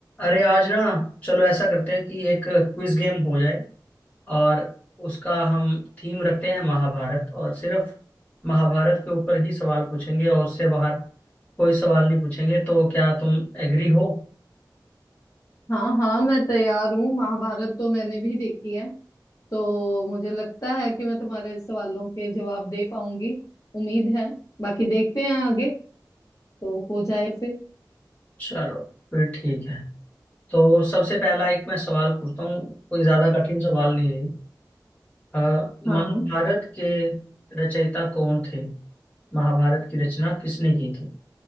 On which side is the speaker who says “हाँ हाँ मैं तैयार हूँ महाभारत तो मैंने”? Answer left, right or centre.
Left